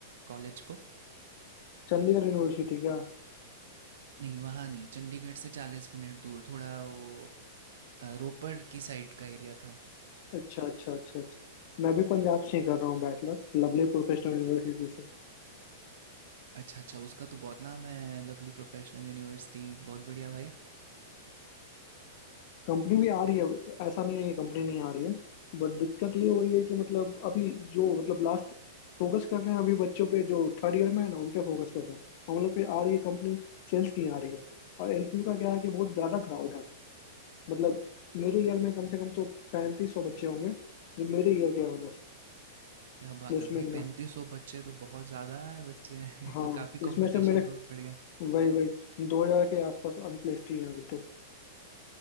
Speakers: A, on the right; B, on the left.
A: कॉलेज को
B: चंडीगढ़ यूनिवर्सिटी क्या
A: नहीं वहाँ नहीं चंडीगढ़ से चालीस मिनट दूर थोड़ा वो अ, रोपड़ की साइड का एरिया था
B: अच्छा अच्छा अच्छा अच्छा मैं भी पंजाब से ही कर रहा हूँ बैचलर्स लवली प्रोफेशनल यूनिवर्सिटी से
A: अच्छा अच्छा उसका तो बहुत नाम है लवली प्रोफेशनल यूनिवर्सिटी बहुत बढ़िया भाई
B: कंपनी भी आ रही है ऐसा नहीं है कि कंपनी नहीं आ रही है बट दिक्कत ये हो रही है कि मतलब अभी जो मतलब लास्ट फोकस कर रहे हैं अभी बच्चों पे जो थर्ड ईयर में है ना उन पे फोकस कर रहे हैं हम लोग पे आ रही है कंपनी सेल्स की आ रही है और एलपीयू का क्या है कि बहुत ज्यादा क्राउड है मतलब मेरे ईयर में कम से कम तो पैंतीस सौ बच्चे होंगे जो मेरे ईयर के हैं बस
A: क्या बात
B: प्लेसमेंट
A: है भाई 3500
B: में
A: बच्चे तो बहुत ज़्यादा है बच्चे हैं ये
B: हाँ
A: तो काफ़ी
B: इसमें
A: कंपटीशन
B: से मेरे
A: बढ़ गया
B: वही वही दो हजार के आसपास अनप्लेस्ड ही हैं अभी तो